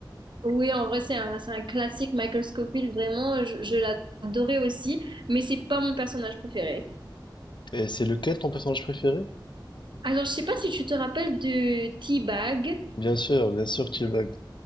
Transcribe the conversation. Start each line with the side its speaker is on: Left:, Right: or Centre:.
Right: oui, en vrai, c'est un, c'est un classique, Michael Scofield, vraiment, je, je l'adorais aussi, mais c'est pas mon personnage préféré.
Left: Et c'est lequel ton personnage préféré?
Right: Alors, je sais pas si tu te rappelles de T-Bag.
Left: Bien sûr, bien sûr, T-Bag.